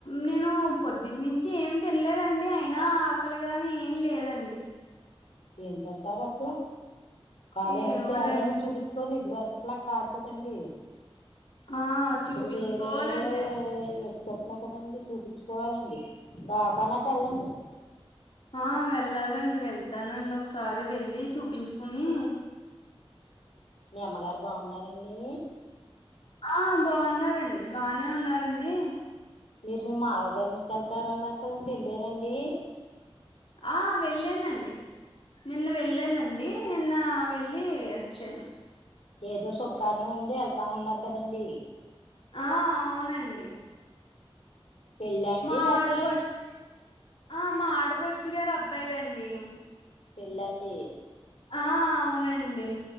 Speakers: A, on the left; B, on the left.
A: నేను పొద్దుటి నుంచి ఏమి తినలేదండి అయినా అక్కలుగానీ ఏం లేదండి
B: ఏం తింటారు అసలు కాలీ
A: ఏమోనండి
B: ఏమో పేడే ఏమో చూపిచు కొన్ని ఇదివరకు అట్లా కాదు కదండి
A: ఆ
B: ఇప్పుడు
A: చూపించుకోవాలండి
B: వేరే వేరే
A: లేకపోతే
B: ఇవోచ్చ న్నా కదండి చూపించుకోవాలండి దావకానకెళ్ళండి
A: ఆ వెళ్ళాలండి వెళ్తానండి ఒకసారి వెళ్ళి చూపించుకుని
B: మీ అమ్మగారు బాగున్నారండి
A: ఆ బాగున్నారండి బానే ఉన్నారండి
B: మీరు మీ మావయ్యగారిఇంటికి వెళ్తార అన్నారు కదండి వెళ్ళరండి
A: ఆ వెళ్ళానండి నిన్న వెళ్ళానండి నిన్న వెళ్ళి వచ్చాను
B: ఏదో శుభకార్యం ఉంది వెళ్తాంన్నారు కదండి
A: ఆ అవునండి
B: పెళ్ళా అండి
A: మా
B: లేకపోతే
A: ఆడపడుచు ఆ మా ఆడపడుచు గారు అబ్బాయిదండి
B: పెళ్ళండి
A: ఆ అవునండి